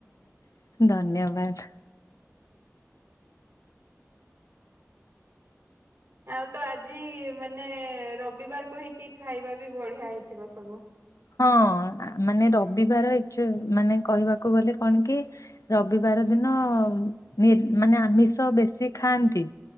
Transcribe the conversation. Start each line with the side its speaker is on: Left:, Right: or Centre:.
Left: ଧନ୍ୟବାଦ
Right: ଆଉ ତ ଆଜି ମାନେ ମାନେ ରବିବାର କହିକି ଖାଇବା ବି ବଢିଆ ହେଇଥିବ ସବୁ।
Left: ହଁ ମାନେ ରବିବାର ୱାକ ମାନେ କହିବାକୁ ଗଲେ କଣ କି ରବିବାର ବାର ଦିନ ମାନେ ଆମିଷ ବେଶୀ ଖାଆନ୍ତି।